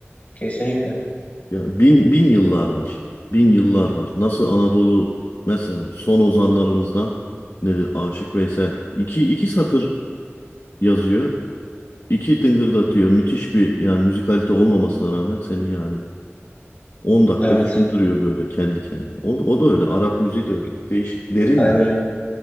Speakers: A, on the left; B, on the left.
A: Kesinlikle.
B: Ya bin bin yıllar var. Bin yıllar var. Nasıl Anadolu mesela son ozanlarımızdan nedir Aşık Veysel iki iki satır yazıyor. iki dıngırdatıyor. Müthiş bir yani müzikalite olmamasına rağmen seni yani on dakika
A: Evet.
B: düşündürüyor böyle kendi kendine. O, o da öyle. Arap müziği de öyle. Değişik. Derin
A: Aynen
B: ya.
A: öyle.